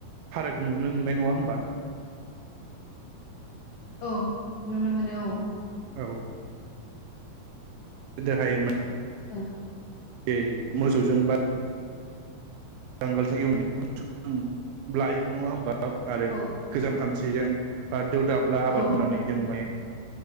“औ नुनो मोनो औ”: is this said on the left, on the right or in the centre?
Left